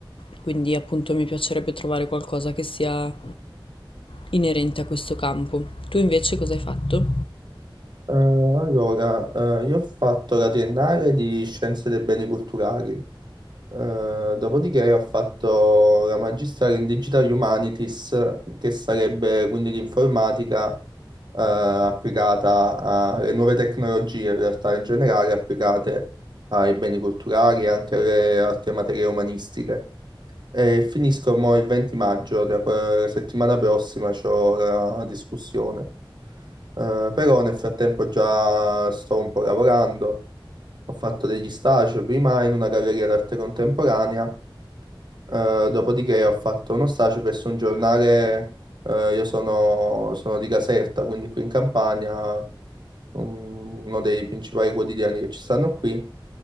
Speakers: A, on the left (about 80°); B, on the right (about 55°).
A: quindi appunto mi piacerebbe trovare qualcosa che sia inerente a questo campo. Tu invece cosa hai fatto?
B: allora, eh, io ho fatto la triennale di Scienze dei Beni Culturali, eh, dopodiché ho fatto la magistrale in Digital Humanities, che sarebbe quindi l'informatica, eh, applicata alle nuove tecnologie, in realtà in generale applicate ai beni culturali e anche alle altre materie umanistiche. E finisco mo il 20 maggio, tra que- la settimana prossima c'ho la discussione. Eh, però nel frattempo già sto un po' lavorando, ho fatto degli stage prima in una galleria d'arte contemporanea, eh, dopodiché ho fatto uno stage presso un giornale, eh, io sono, sono di Caserta, quindi qui in Campania, un- uno dei principali quotidiani che ci stanno qui,